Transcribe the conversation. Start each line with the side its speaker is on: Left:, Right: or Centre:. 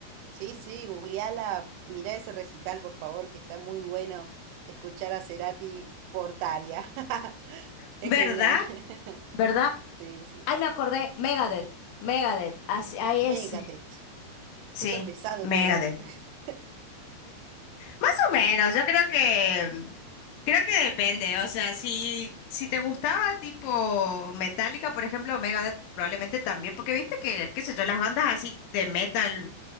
Right: Sí, sí, googleala, mirá ese recital, por favor, que está muy bueno escuchar a Cerati por Tarja. <laughs> Es
Left: ¿verdad?
Right: genial. <laughs>
Left: ¿Verdad?
Right: Sí, sí.
Left: Ay, me acordé, Megadeth, Megadeth, así, ahí
Right: Megadeth.
Left: es.
Right: Súper
Left: Sí,
Right: pesado
Left: Megadeth.
Right: Megadeth. <laughs>
Left: Más o menos, yo creo que mm, creo que depende, o sea, si si te gustaba tipo Metallica, por ejemplo, Megadeth probablemente también, porque viste que qué sé yo, las bandas así de metal